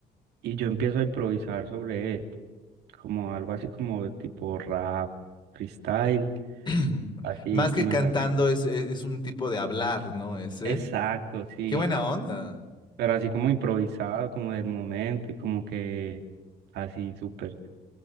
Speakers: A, on the right; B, on the left.
A: y yo empiezo a improvisar sobre él, como algo así como tipo rap, freestyle,
B: <clears throat>
A: así,
B: Más que
A: y
B: cantando
A: me sale.
B: es, es- es un tipo de hablar, ¿no? Ese.
A: Exacto, sí,
B: Qué buena onda.
A: pero así como improvisado, como del momento y como que así, súper.